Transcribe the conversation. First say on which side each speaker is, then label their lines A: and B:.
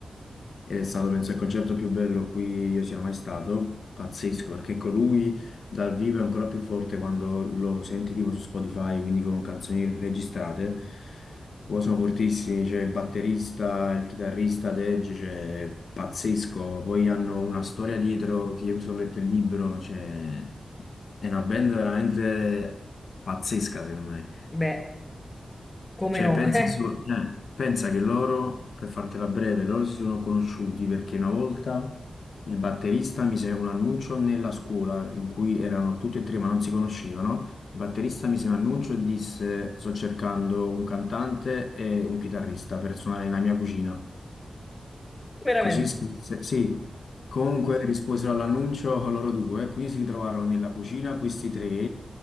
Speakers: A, on the left; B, on the left.
A: Ed è stato, penso, il concerto più bello a cui io sia mai stato. Pazzesco, perché con lui dal vivo è ancora più forte quando lo senti tipo su Spotify, quindi con canzoni registrate. Poi sono fortissimi, c'è il batterista, il chitarrista, Dej, cioè, pazzesco. Poi hanno una storia dietro, che io mi sono letto il libro, cioè, è una band veramente pazzesca, secondo me.
B: Beh, come
A: Cioè,
B: no,
A: pensa,
B: <laughs>
A: su- eh, pensa che loro, per fartela breve, loro si sono conosciuti perché una volta il batterista mise un annuncio nella scuola in cui erano tutti e tre ma non si conoscevano. Il batterista mise un annuncio e disse: Sto cercando un cantante e un chitarrista per suonare nella mia cucina.
B: veramente.
A: Così scrisse, sì. Comunque risposero all'annuncio loro due, quindi si ritrovarono nella cucina questi tre